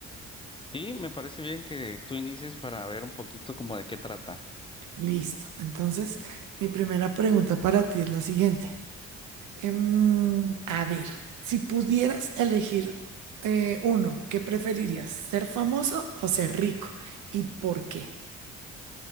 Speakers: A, on the left (about 15°); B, on the right (about 80°).
A: Sí, me parece bien que tú inicies para ver un poquito como de qué trata.
B: Listo. Entonces, mi primera pregunta para ti es la siguiente. Em, a ver, si pudieras elegir eh, uno, ¿qué preferirías? ¿Ser famoso o ser rico? ¿Y por qué